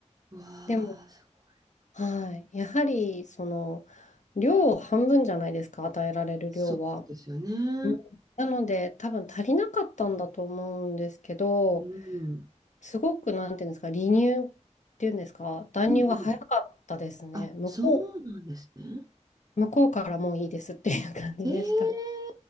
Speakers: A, on the right (about 30°); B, on the left (about 75°).
A: うわ
B: でも、
A: あ、すごい。
B: はい。やはり、その、量半分じゃないですか、与えられる量は。
A: そうですよね。
B: うんなので、多分足りなかったんだと思うんですけど、
A: うん。
B: すごく、なんていうんですか、離乳っていうんですか、断乳が早かったですね。
A: うんうん。あ、
B: 向こ
A: そうなんですね。
B: う、向こうからもういいですっていう感じでした。
A: ええ